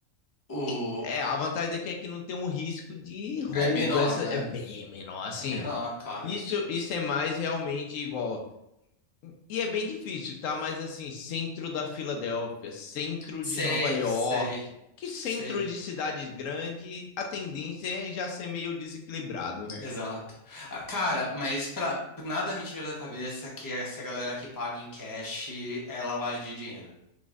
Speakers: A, on the left; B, on the left.
A: O...
B: E, É, a vantagem daqui é que não tem um risco de roubo,
A: É menor,
B: essa
A: né?
B: é bem menor, assim.
A: É menor, claro.
B: Isso, isso é mais realmente igual. E é bem difícil, tá? Mas assim, centro da Filadélfia, centro
A: Sei,
B: de Nova York,
A: sei,
B: que centro
A: sei.
B: de cidade grande, a tendência é já ser meio desequilibrado, né?
A: Exato. Ah, Cara, mas pra... nada me tira da cabeça que essa galera que paga em cash é lavagem de dinheiro.